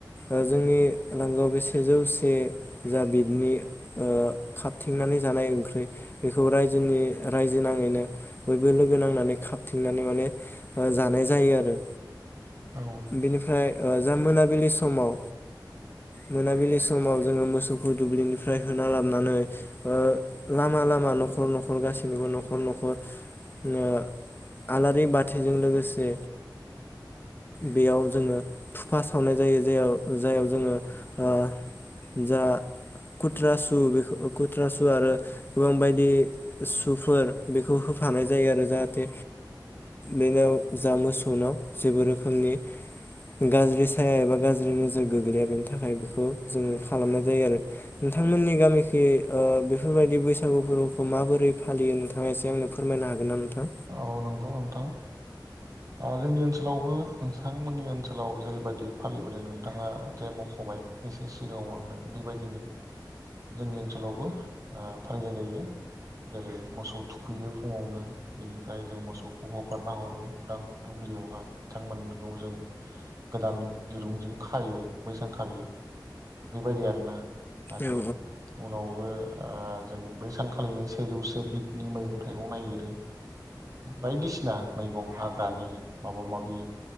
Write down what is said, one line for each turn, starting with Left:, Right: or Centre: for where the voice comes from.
Left: ओ जोंनि लांगोआव बे सेजौ से जा बिदनि खाबथिंनानै जानाय ओंख्रि बेखौ रायजोनि रायजो नाङैनो बयबो लोगो नांनानै खाबथिंनानै माने जानाय जायो आरो।
Right: औ
Left: बेनिफ्राय जा मोनाबिलि समाव मोनाबिलि समाव जोङो मोसौखौ दुब्लिनिफ्राय होना लाबोनानै ओ लामा लामा न'खर न'खर गासैनिबो न'खर न'खर ओ आलारि बाथिजों लोगोसे बेयाव जोङो थुफा सावनाय जायो जेयाव जाययाव जोङो ओ जा कुथ्राासु बे खुथ्राासु आरो गोबां बायदि सुफोर बेखौ होफानाय जायो आरो जाहाथे बेनोव जा मोसौनाव जेबो रोखोम रोखोमनि गाज्रि साया एबा गाज्रि नोजोर गोग्लैया बेनि थाखाय बेखौ जोङो खालामनाय जायो आरो नोंथांमोननि गामिखि ओ बेफोरबायदि बैसागु फोरबोखौ माबोरै फालियो नोंथाङा एसे आंनो फोरमायनो हागोन ना नोंथां।
Right: औ नंगौ नोंथां जोंनि ओनसोलावबो नोंथांमोननि ओनसोलाव जेरैबायदि फालिबोदों नोंथाङा जे मख'बाय एसे सिगाङाव आंनो बेबायदिनो जोंनि ओनसोलावबो ओ फालिनाय जायो जेरै मोसौ थुखैयो फुङावनो। बेनिफ्राय जों मोसौखौ हगारना हरो उदां दुब्लियावहा बिथांमोनखौ जों गोदान दिरुंजों खायो बै सानखालि बेबायदि आरोना आरो
Left: औ
Right: उनावबो जों बै सानखालिनो सेजौसे बिदनि मैगं थाइगं नायगिरो। बायदिसिना मैगं हाग्रानि माबा माबि